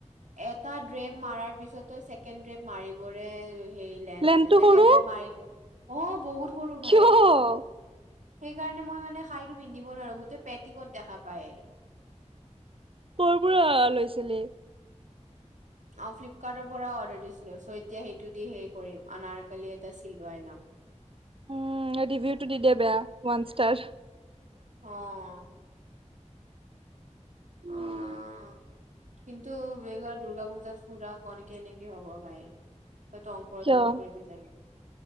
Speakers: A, on the right; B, on the right.
A: এটা ড্ৰেপ মাৰাৰ পিছত চছেকেণ্ড ড্ৰেপ মাৰিবৰে হেৰি লাইন
B: প্লেনটো
A: ছেকেণ্ড
B: সৰু
A: ড্ৰেপ মাৰিলে অ, বহুত
B: কিয়?
A: সৰু ভাই সেইকাৰণে মই মানে শৰীৰটো পিন্ধিব নোৱাৰো গোটেই পেটিকোট দেখা পায়
B: কৰ পৰা লৈছিলি?
A: অ, ফ্লিপকাৰ্টৰ পৰা অৰ্ডাৰ দিছিলো চ এতিয়া সেইটো দি সেই কৰিম আনাৰ কালি এটা চিলোৱাই লম। <inaudible>
B: উম, ৰিভিউটো দি দে বেয়া ওৱান ষ্টাৰ।
A: অ',
B: উম,
A: অ', কিন্তু বে দুৰ্গা পূজাত ফুৰা অনেকে এনেকে হব ভাই। তইতো অংকুৰৰ
B: কিয়
A: লগতে ফুৰিবি চাগে।